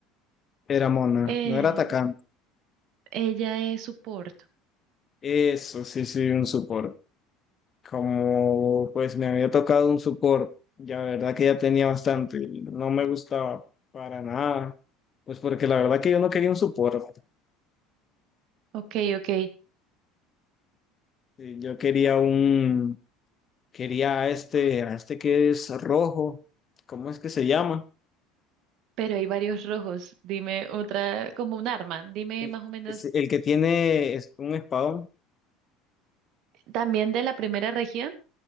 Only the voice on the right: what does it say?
Eh,
ella es soporte.
Ok, ok,
pero hay varios rojos. Dime otra, como un arma. Dime
más o menos,
también de la primera región,